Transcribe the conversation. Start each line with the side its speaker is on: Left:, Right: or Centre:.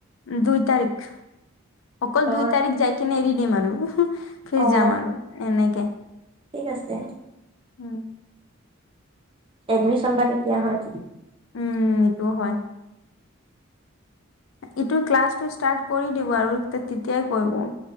Left: দুই তাৰিখ। অকল
Right: অ
Left: দুই তাৰিখ যাই কিনে এৰি দিম আৰু। ফিৰ
Right: অ
Left: যাম আৰু এনেকে।
Right: ঠিক আছে।
Left: উম
Right: এডমিশ্বন বা কেতিয়া হয়।
Left: উম এইটোও হয়। ইটো ক্লাছটো ষ্টাৰ্ট কৰি দিব আৰু তে-তেতিয়াই কইৱো।